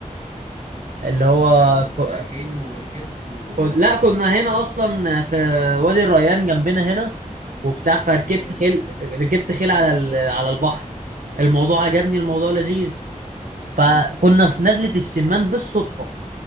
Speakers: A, on the right; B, on the right.
A: اللي هو
B: كنتوا
A: ك-
B: رايحين وركبت و...
A: ك- لا كنا هنا أصلا في وادي الريان جنبنا هنا وبتاع فركبت
B: اوكي
A: خيل ركبت خيل على ال- على البحر الموضوع عجبني الموضوع لذيذ فكنا
B: امم
A: في نزلة السمان بالصدفة